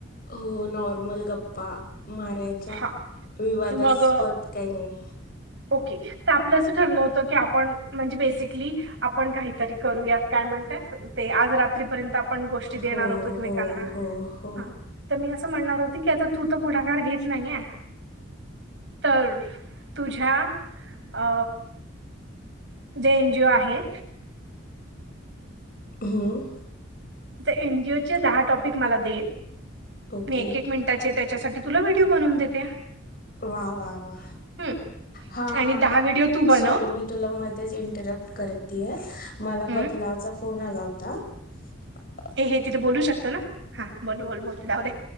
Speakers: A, on the left; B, on the right.
A: हो नॉर्मल गप्पा मारायच्या.
B: हा
A: विवादास्पद
B: मग
A: काही नाही.
B: ओके. तर आपलं असं ठरलं होतं की आपण म्हणजे बेसिकली आपण काही तरी करूयात काय म्हणताय ते आज रात्री पर्यंत आपण गोष्टी देणार
A: हो
B: होतो एकमेकांना
A: हो हो हो
B: हा. तर मी असं म्हणणार होती की आता तू तर पुढाकार घेत नाहीये तर तुझ्या अ जे एन जी ओ आहे
A: हम्म
B: त्या एन जी ओ चे दहा टॉपिक मला दे
A: ओके
B: मी एक एक मिन टाचे त्याचे त्याच्यासाठी तुला व्हिडिओ बनवून देते.
A: वा वा वा
B: हं.
A: हा
B: आणि
A: हा
B: दहा
A: हा
B: व्हिडिओ तू बनव
A: सॉरी मी तुला मध्येच इंटरप्ट करतेय. मला
B: हं.
A: बदलावचा फोन आला होता. <inaudible>
B: ए हे तिथे बोलू शकतो ना? हा बोल बोल बोल. राहू दे.